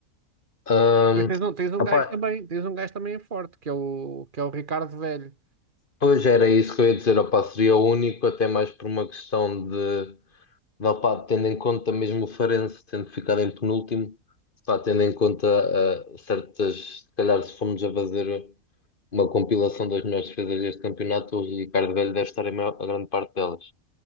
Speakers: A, on the left; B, on the right.
A: Ahm,
B: Depois tens um, tens um
A: opá,
B: gajo também, tens um gajo também forte, que é o, que é o Ricardo Velho.
A: pois era isso que eu ia dizer, opá, seria o único, até mais por uma questão de, de opá, tendo em conta mesmo o Farense tendo ficado em penúltimo, pá, tendo em conta ah, certas, se calhar se formos a fazer uma compilação das melhores defesas deste campeonato, o Ricardo Velho deve estar em maior- a grande parte delas.